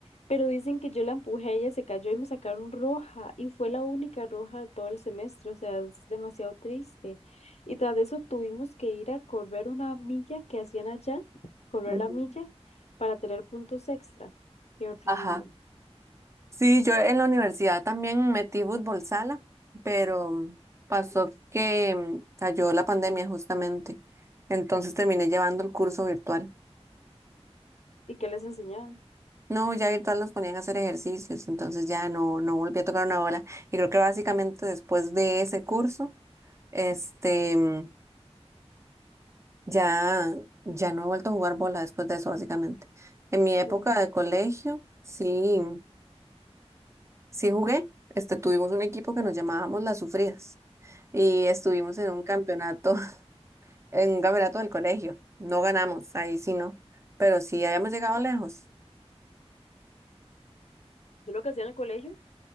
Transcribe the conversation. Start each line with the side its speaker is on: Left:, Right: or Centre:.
Left: pero dicen que yo la empujé, ella se cayó y me sacaron roja, y fue la única roja de todo el semestre, o sea, es demasiado triste. Y tras de eso tuvimos que ir a correr una milla que hacían allá, correr
Right: Ujú.
Left: la milla, para tener puntos extra. Qué horrible.
Right: Ajá. Sí, yo en la universidad también metí fútbol sala, pero pasó que mm, cayó la pandemia justamente. Entonces terminé llevando el curso virtual.
Left: ¿Y qué les enseñaban?
Right: No, ya virtual nos ponían a hacer ejercicios, entonces ya no, no volví a tocar una bola. Y creo que básicamente después de ese curso, este, mm, ya, ya no he vuelto a jugar bola después de eso, básicamente. En mi
Left: Ujú.
Right: época de colegio, sí. Sí jugué, este, tuvimos un equipo que nos llamábamos Las Sufridas y estuvimos en un campeonato, <laughs> en un campeonato del colegio. No ganamos, ahí sí no, pero sí habíamos llegado lejos.
Left: Yo lo que hacía en el colegio.